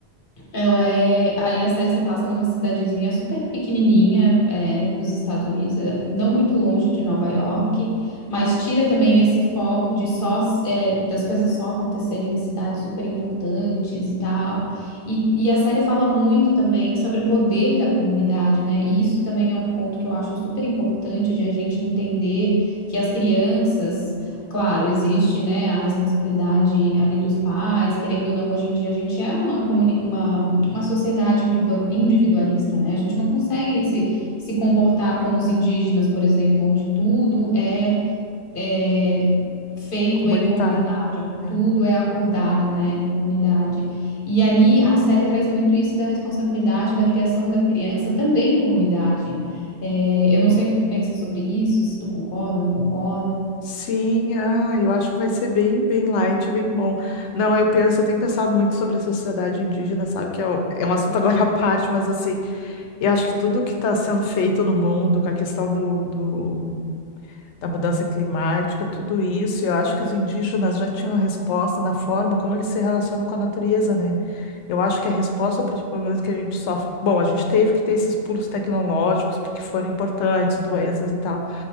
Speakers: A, on the left; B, on the left.
A: ela é. Aí a série se passa numa cidadezinha super pequenininha, é, dos Estados Unidos, é, não muito longe de Nova York, mas tira também esse foco de só, é, das coisas só acontecerem em cidades super importantes e tal. E, e a série fala muito também sobre o poder da comunidade, né? E isso também é um ponto que eu acho super importante de a gente entender que as crianças. Claro, existe, né, a responsabilidade ali dos pais, querendo ou não, hoje em dia a gente é uma, comuni- uma uma sociedade individua- individualista, né? A gente não consegue se, se comportar como os indígenas, por exemplo, onde tudo é, é feito
B: Comunitária.
A: em comunidade, onde
B: É.
A: tudo é acordado, né, em comunidade. E ali a série traz muito isso da responsabilidade da criação da criança também em comunidade. É, eu não sei o que tu pensa sobre isso, se tu concorda, não concorda.
B: Sim, ah, eu acho que vai ser bem, bem light, bem bom. Não, eu penso, eu tenho pensado muito sobre a sociedade indígena, sabe? Que é, o- é um assunto agora à parte, mas assim, eu acho que tudo que está sendo feito no mundo, com a questão do, do da mudança climática, tudo isso. E Eu acho que os indígenas já tinham a resposta na forma como eles se relacionam com a natureza, né? Eu acho que a resposta para os problemas que a gente sofre. Bom, a gente teve que ter esses pulos tecnológicos porque foram importantes, doenças e tal,